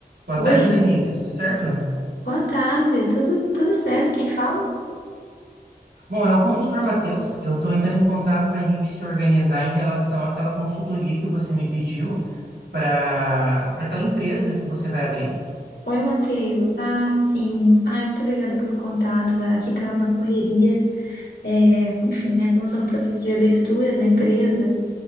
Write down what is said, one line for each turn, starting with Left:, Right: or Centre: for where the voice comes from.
Right: Boa
Left: Oi,
Right: tarde, Lenice. Tudo certo?
Left: boa tarde, tudo, tudo certo? Quem fala?
Right: Bom, é o consultor Matheus. Eu estou entrando em contato para a gente se organizar em relação àquela consultoria que você me pediu para para aquela empresa que você vai abrir.
Left: Oi, Matheus. Ah, sim. Ai, muito obrigada pelo contato. Ah, Aqui tá uma correria. É, enfim, né? Como eu tô no processo de abertura da empresa,